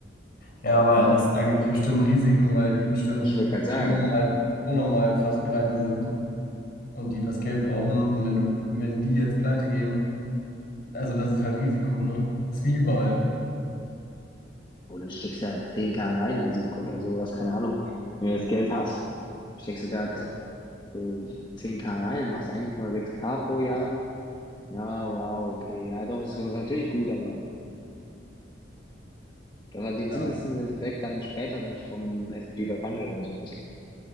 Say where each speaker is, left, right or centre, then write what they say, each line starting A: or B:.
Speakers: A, on the left (about 50°); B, on the left (about 25°).
A: Ja, aber
B: Warum?
A: das, da gibt es bestimmt Risiken, weil die bestimmt
B: Ich würde gerade sagen,
A: unnormal, unnormal fast pleite sind und die das Geld brauchen. Und wenn du, wenn die jetzt pleite gehen, also das ist halt Risiko, ne? Ist wie überall.
B: und dann steckst du da 10k rein, also, oder sowas, keine Ahnung. Wenn du das Geld hast, steckst du da
A: Ja.
B: so 10k rein, dann machst du 1,6k pro Jahr. Ja, wow, okay. Ja, doch, ist natürlich gut, aber das hat den
A: Ja,
B: Zinseszinseffekt dann später nicht vom S&P 500 oder sowas.